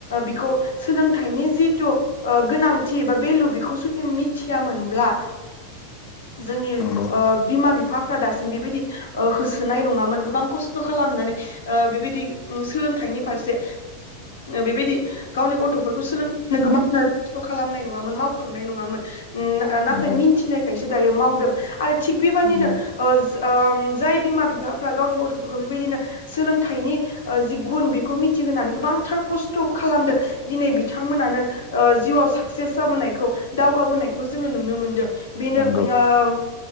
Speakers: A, on the left; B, on the left.
A: बेखौ सोलोंथाइनि जिथु ओ गोनांथि बा बेेलु बेखौ जुदि मिथियामोनब्ला जोंनि
B: नंगौ
A: बिमा बिफा बिफाफ्रा दासिम बेबायदि ओ होसोनाय नङामोन गोबां ख खस्थ' खालामनानै ओ बेबायदि सोलोंथाइनि फारसे बेबायदि गावनि गथ'फोरखौ सोलोंनो गोबांथार खस्थ' खालामनाय नङा नङामोन मावख्रुबनाय नङामोन उम नाथाय
B: नंगौ
A: मिनथिनायखाय सो दायो मावदों आरो थिग बेबायदिनो
B: नंगौ
A: ओ ओम जाय बिमा बिफाफ्रा गावनि गथ'फोरखौ बेबायदिनो सोलोंथाइनि ओ जि गुन बेखौ मिथिहोनानै गोबांथार खस्थ' खालामदों दिनै बिथांमोनानो ओ जिउआव साक्सेस जाबोनायखौ दावगाबोनायखौ जोङो नुनो मोनदों बिनो
B: नंगौ
A: ओ